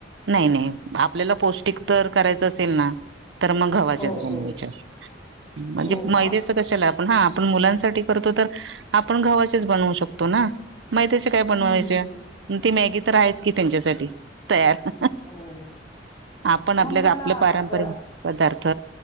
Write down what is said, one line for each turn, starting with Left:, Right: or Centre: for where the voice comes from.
Right: नाही नाही आपल्याला पौष्टिक तर करायचं असेल ना तर मग गव्हाच्याच
Left: हो
Right: बनवायच्या
Left: हो
Right: म्हणजे
Left: हो
Right: मैद्याच
Left: का
Right: कशाला आपण हा आपण मुलांसाठी करतो तर आपण गव्हाचेच बनवू शकतो ना मैद्याचे काय
Left: हम्म
Right: बनवायचे
Left: हम्म हम्म
Right: ती मॅगी तर आहेच की त्यांच्यासाठी तयार
Left: हो
Right: आपण आपल्या
Left: मग मला
Right: आपलं पारंपरिक
Left: जरा
Right: पदार्थ